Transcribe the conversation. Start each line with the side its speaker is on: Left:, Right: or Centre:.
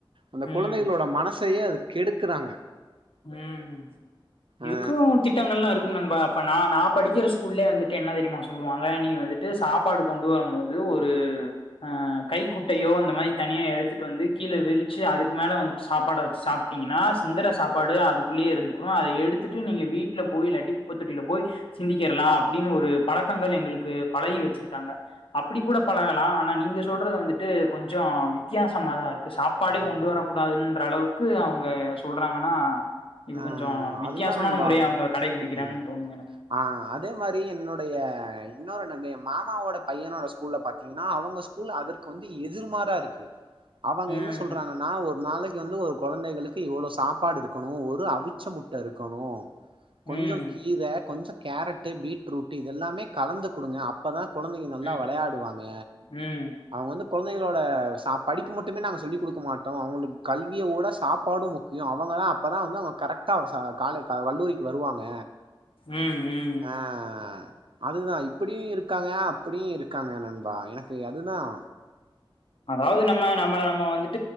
Right: அந்த
Left: ம்
Right: குழந்தைகளோட மனசையே அது கெடுக்குறாங்க
Left: ம் இதுக்கும்
Right: ஆ
Left: திட்டங்கல்லாம் இருக்கு நண்பா அப்ப நா நா படிக்கிற ஸ்கூல்லயே வந்துட்டு என்ன தெரியுமா சொல்லுவாங்க நீ வந்துட்டு சாப்பாடு கொண்டு வருமோது ஒரு அஹ்ன் கை குட்டையோ அந்த மாரி தனியா எடுத்துட்டு வந்து கீழ விரி ச்சி அதுக்கு மேல வந்துட்டு சாப்பாட வச்சு சாப்ட்டீங்கன்னா சிந்திர சாப்பாடு அதுக்குள்ளேயே இருந்துக்குரும் அத எடுத்துட்டு நீங்க வீட்ல போய் இல்லட்டி குப்ப தொட்டில போய் சிந்திகிரலாம் அப்டின்னு ஒரு பழக்கங்கள் எங்களுக்கு பழகி வச்சிருக்காங்க, அப்டி கூட பழகலாம் ஆனா நீங்க சொல்றது வந்துட்டு கொஞ்சம் வித்தியாசமா தான் இருக்கு படி
Right: ம்
Left: கொண்டு வரக்கூடாதுன்ற அளவுக் அவுங்க சொல்றாங்கன்னா இது
Right: ஆ
Left: கொஞ்சோ வித்தியாசமான
Right: அதுதா நண்பா
Left: முறைய அவங்க கடைபிடிக்கிறாங்கன்னு
Right: ம்
Left: தோணுது எனக்கு
Right: ஆ அதே மாரி என்னொடைய இன்னோரு நெந்தய மாமாவோட பையனோட ஸ்கூல்லே பாத்தீங்னா அவுங்க ஸ்கூல் அதற்கு வந்து எதிர்மாரா இருக்கு அவங்க
Left: ம்
Right: என்ன சொல்றாங்கன்னா ஒரு நாளை க வந்து ஒரு குழந்தைகளுக்கு இவ்ளோ சாப்பாடுருக்கணோ ஒரு ரு அவிச்ச முட்ட இருக்கணோ கொஞ்சம்
Left: ம்
Right: கீரை கொஞ்சம் கேரட்டு பீட்ரூட்டு இதெல்லாமே கலந்து குடுங்க அப்பதா கொழந்தைங்க நல்லா
Left: ம்
Right: வெளையாடுவாங்க
Left: ம்
Right: அவுங்க வந்து கொழந்தைகளோட சாப்‌ படிப்பு மட் திம்மே நாங்க சொல்லி குடு மாட்டோம் அவுங்களுக்கு கல் இனியவோட சாப்பாடும் முக்கியம், அவங்க தான் அப்பதான் வந்து அவுங்க கரக் ப காலை வல்லூரிக்கு வருவாங்க
Left: ம் ம்
Right: ஆஹ் அதுதான் இப்படியும் இருக்காங்க அப்படியும் இருக்காங்க நண்பா எனக்கு அதுதான்
Left: அதாவது நம்ம நம்ம நம்ம வந்துட்டு